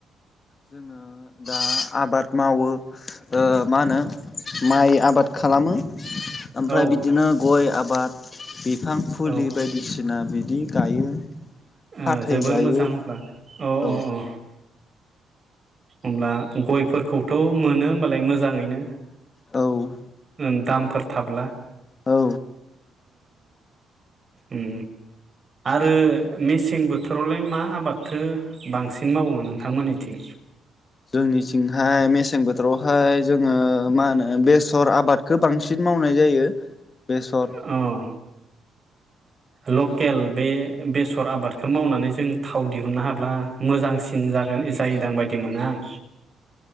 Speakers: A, on the left; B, on the right.
A: जोङो दा आबाद मावो ओ मा होनो माइ आबाद खालामो। ओमफ्राय
B: औ
A: बिदिनो गय आबाद बे फां फुलि
B: औ
A: बायदिसिना बि दि गायो। फाथै
B: ओ जोबोर
A: गायो
B: मोजां अब्ला अ
A: औ
B: अ अ। अब्ला गयफोरखौथ' मोनो होमबालाय मोजाङैनो।
A: औ
B: ओम दामफोर थाब्ला।
A: औ
B: उम आरो मेसें बोथोरावलाय मा आबादथो बांसिन मावो नोंथांमोननिथिं?
A: जोंनिथिंहाय मेसें बोथोरावहाय जोङो मा होनो बेसर आबादखो बांसिन मावनाय जायो। बेसर
B: औ लकेल बे बेसर आबादखौ मावनानै जों थाव दिहुननो हाब्ला मोजांसिन जागोन जायोदां बायदि मोनो आं।